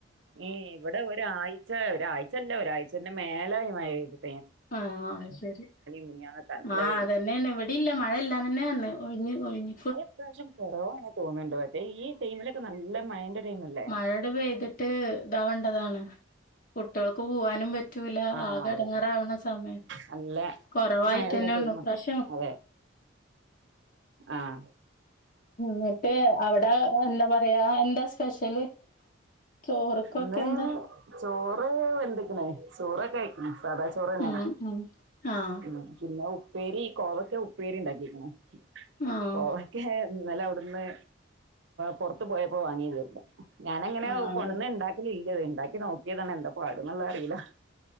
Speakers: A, on the right; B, on the left.
A: ഏ ഇവിടൊരാഴ്ച ഒരാഴ്ചല്ല ഒരാഴ്ചന്റെ മേലായി മഴ പെയ്ത്ട്ട്
B: ആഹ് അയ്ശരി
A: മിനിഞ്ഞാന്നൊക്കെ നല്ല
B: ആഹ്
A: വെയിലാ
B: അതന്നേണ് ഇവെടില്ല മഴയല്ലാന്നന്നെ പർഞ്ഞെ ഒഴ്ഞ്ഞ ഒഴിഞ്ഞ
A: അത് ഇപ്രാവശ്യം കൊറവാണ് തോന്ന്ണ്ട് പക്ഷെ ഈ ടൈമിലൊക്കെ നല്ല മഴന്റെ ടൈമല്ലേ
B: മഴെടെ പെയ്തിട്ട് ഇതാവണ്ടതാണ് കുട്ടിയൾക്ക് പോവാനും പ റ്റൂല
A: ആഹ്
B: ആകെട്ങ്ങാറാവണ
A: അതെ
B: സമയം
A: നല്ല
B: കൊറവായിട്ട്
A: മഴള്ള
B: ന്നെ
A: ടൈമാ
B: വന്നു ഇപ്രാവശ്യം
A: അതെ ആഹ്
B: ന്ന്ട്ട് അവടെ എന്താ പറയാ എന്താ സ്പെഷ്യല് ചോറ്ക്കൊക്കെന്താ?
A: ന്ന് ചോറ് വെന്ത്‌ക്ക്ണ് ചോറൊക്കായ്ക്ക്ണ് സാദാ ചോ ചോറന്നെ
B: ഉം ഉം. ആഹ്
A: ഉം പിന്നെ ഉ പ്പേരി കോവക്ക ഉപ്പേരി ണ്ടാക്കിക്ക്ണ്
B: ആഹ്
A: കോവ ക്കെ ന്നലവ്ട്ന്ന് പൊർത്ത് പോയപ്പോ വാങ്ങിന്നു ഞാനങ്ങനെ
B: ആഹ് അത്
A: ണ്ടാക്കലില്ലത് ണ്ടാക്കി നോക്കിയതാണ് എന്താ പാട്ന്ന്ള്ളതറിയില്ല